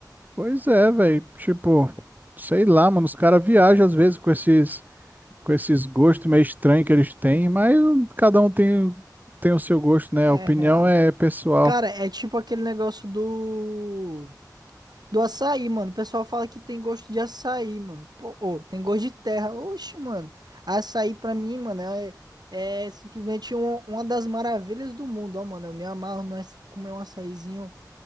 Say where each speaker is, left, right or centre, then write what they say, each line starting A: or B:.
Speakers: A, on the right; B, on the right.
A: Pois é, velho. Tipo, sei lá, mano, os caras viajam às vezes com esses com esses gostos meio estranhos que eles têm, mas cada um tem, tem o seu gosto,
B: É
A: né? A opinião
B: real.
A: é pessoal.
B: Cara, é tipo aquele negócio do do açaí, mano. O pessoal fala que tem gosto de açaí, mano. Pô, ô, tem gosto de terra. Oxe, mano. Açaí pra mim, mano, é, é simplesmente um- uma das maravilhas do mundo, ó, mano. Eu me amarro nós comer um açaizinho,